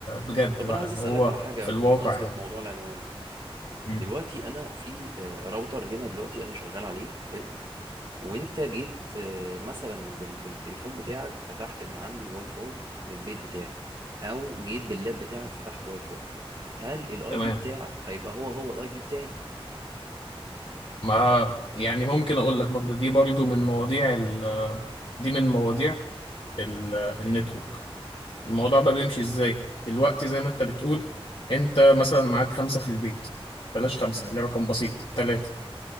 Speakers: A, on the left; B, on the right.
A: بجد
B: طب
A: بقى
B: انا عايز
A: اللي
B: اسالك
A: هو
B: على حاجه
A: في الواقع
B: بمناسبه
A: يعني
B: موضوع العنوان ده
A: مم.
B: دلوقتي انا في آه، راوتر هنا دلوقتي انا شغال عليه حلو وانت جيت آه، مثلا بال- بالتليفون بتاعك فتحت من عندي واي فاي من البيت بتاعي او جيت باللاب بتاعك فتحت واي فاي هل الاي
A: تمام
B: بي بتاعك هيبقى هو هو الاي بي بتاعي
A: ما يعني ممكن اقول لك برضو دي برضو من مواضيع دي من مواضيع ال- آه، النتورك الموضوع بقى بيمشي ازاي دلوقتي زي ما انت بتقول انت مثلا معاك خمسة في البيت بلاش خمسة
B: مم.
A: خليه رقم بسيط ثلاثة